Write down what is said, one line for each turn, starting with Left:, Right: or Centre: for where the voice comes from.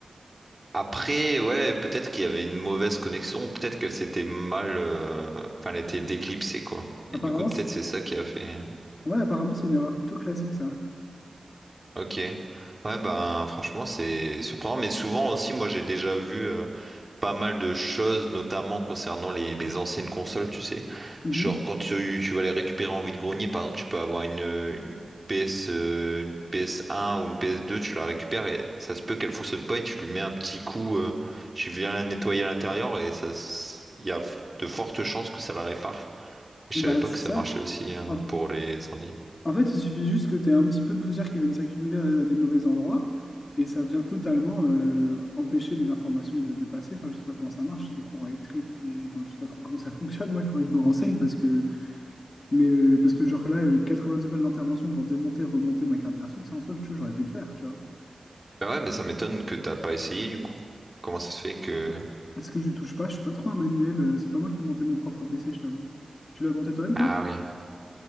Right: Après, ouais, peut-être qu'il y avait une mauvaise connexion, peut-être qu'elle s'était mal, euh, enfin, elle était déclipsée, quoi. Et
Left: Apparemment,
Right: du coup, peut-être c'est ça qui a fait.
Left: Ouais, apparemment, c'est une erreur plutôt classique, ça.
Right: Ok. Ouais, ben franchement, c'est surprenant, mais souvent aussi, moi j'ai déjà vu euh, pas mal de choses, notamment concernant les, les anciennes consoles, tu sais.
Left: Mhm.
Right: Genre quand tu, tu vas les récupérer en vide-grenier, par exemple, tu peux avoir une, euh, une PS, euh, une PS1 ou une PS2, tu la récupères et ça se peut qu'elle fonctionne pas et tu lui mets un petit coup, euh, tu viens la nettoyer à l'intérieur et ça, s- il y a de fortes chances que ça la répare. Je
Left: Bah,
Right: savais pas
Left: c'est
Right: que ça
Left: ça.
Right: marchait aussi hein,
Left: En,
Right: pour les ordi.
Left: en fait, il suffit juste que tu aies un petit peu de poussière qui vienne s'accumuler à, à des mauvais endroits et ça vient totalement euh, empêcher les informations de, de passer. Enfin, je sais pas comment ça marche, c'est des courants électriques, des... enfin, je sais pas trop comment ça <laughs> fonctionne. Moi, il faudrait que je me renseigne parce que, mais, euh, parce que genre là, euh, 90 balles d'intervention pour démonter, remonter ma carte graphique, ça en soi, tu vois, j'aurais pu le faire, tu vois.
Right: Bah ouais, mais ça m'étonne que t'as pas essayé du coup. Comment ça se fait que...
Left: Ouais. Parce que je touche pas, je suis pas trop un manuel, euh, c'est pas moi qui ai monté mon propre PC, je t'avoue. Tu l'as monté toi-même,
Right: Ah
Left: toi?
Right: oui.